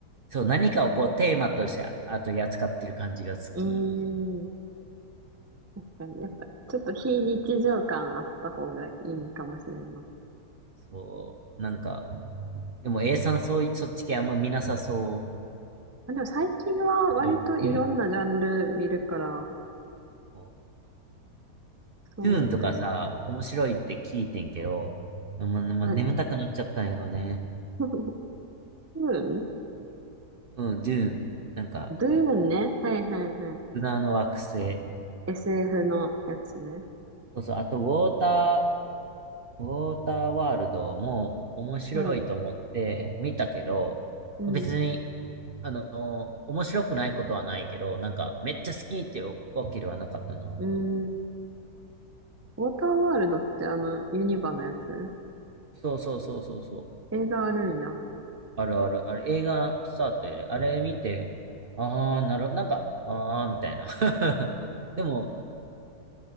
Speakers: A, on the right; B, on the right.
A: そう、何かをこうテーマとしてああ取り扱ってる感じが好き。
B: うーん。確かに。やっぱ、ちょっと非日常感あった方がいいかもしれんな。
A: そう、なんか、でも A さんそうい、そっち系あんま見なさそ
B: あ、でも最近は割といろんなジャンル見るから、
A: う。どいるド
B: そうね。
A: ゥーンとかさ、面白いって聞いてんけど、ま、ま、
B: な、
A: 眠たくなっちゃったんよね。
B: <laughs> ドゥーン
A: うん、ドゥーン。なんか、
B: ドゥーンね。はいはいは
A: 砂の惑星。
B: い。SF のやつね。
A: そうそう、あと、ウォーター、ウォーターワールドも面白いと思って見たけど、
B: うん。うん。
A: 別にあの、面白くないことはないけど、なんか、めっちゃ好きってわけではなかったな。
B: うん。ウォーターワールドってあの、ユニバのやつ
A: そうそうそうそうそう。
B: 映画あるんや。
A: あるある。あれ、映画スタートやで、あれ見て、ああ、なるなんか、ああ、みたいな。<laughs> でも、